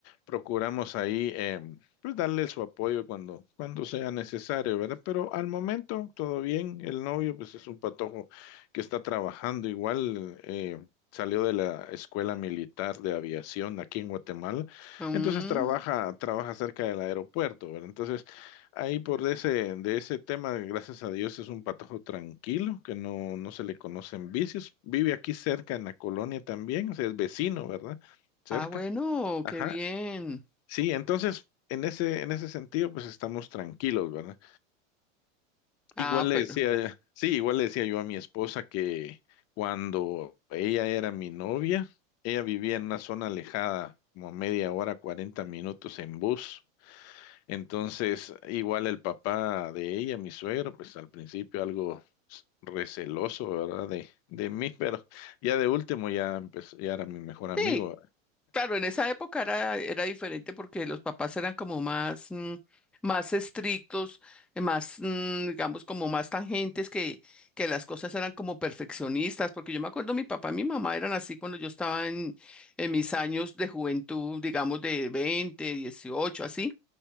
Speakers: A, on the left; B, in the centre.
A: procuramos ahí, em, pues darle su apoyo cuando, cuando sea necesario, ¿verdad? Pero al momento, todo bien, el novio, pues es un patojo que está trabajando igual, eh, salió de la Escuela Militar de Aviación aquí en Guatemala,
B: Mm,
A: entonces trabaja, trabaja cerca del aeropuerto, ¿verdad? Entonces, Ahí por de ese, de ese tema, gracias a Dios, es un patojo tranquilo, que no, no se le conocen vicios. Vive aquí cerca en la colonia también, o sea, es vecino, ¿verdad? Cerca.
B: ah, bueno,
A: Ajá.
B: qué bien.
A: Sí, entonces, en ese, en ese sentido, pues estamos tranquilos, ¿verdad?
B: Ah,
A: Igual le
B: pero
A: decía, sí, igual le decía yo a mi esposa que cuando ella era mi novia, ella vivía en una zona alejada, como a media hora, 40 minutos en bus. Entonces, igual el papá de ella, mi suegro, pues al principio algo s- receloso, ¿verdad? De, de mí, <laughs> pero ya de último ya empezó, ya era mi mejor amigo.
B: sí, Claro, en esa época era, era diferente porque los papás eran como más, mm, más estrictos, eh, más, mm, digamos, como más tangentes, que, que las cosas eran como perfeccionistas, porque yo me acuerdo mi papá y mi mamá eran así cuando yo estaba en, en mis años de juventud, digamos, de 20, 18, así.